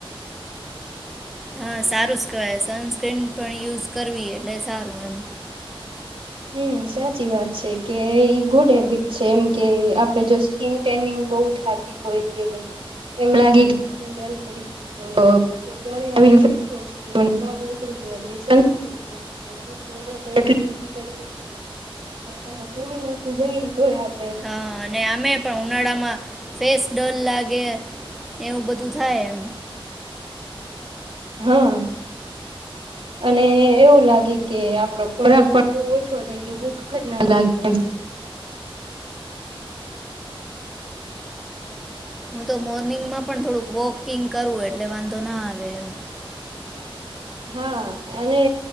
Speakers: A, in the centre; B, on the right (about 70°).
A: હા, સારું ઝ કેવાય સનસ્ક્રીન પણ યુઝ કરવી એટલે સારું એમ.
B: હમ્મ, સાચી વાત છે કે ઈ ગુડ હેબિટ છે. એમ કે આપડે જો સ્કીન ટેનિંગ બોવ થાતી હોય કે એમ લાગે કે સ્કીન ડલ પડી છે. તો પછી હૂં ઘરે આવીને ફેસવોશ કરું ને બહાર નીકળું ત્યારે સનસ્કિન કરૂ. <inaudible> હમણાં તો એટલી બધી ગરમી છે. રસ્તામાં ટુ વ્હીલર થી જાય ને તોય આ
A: હા, અને આમે પણ ઉનાળામાં ફેસ ડલ લાગે. એવું બધું થાય એમ.
B: હા, અને એવું લાગે કે આપડો ખોરાક પણ બોવ ઓછો થઈ ગ્યો. ભૂખ જ ન લાગે એમ.
A: હું તો મોર્નિંગમાં પણ થોડુંક વોકિંગ કરૂ એટલે વાંધો ના આવે એમ.
B: હા, અને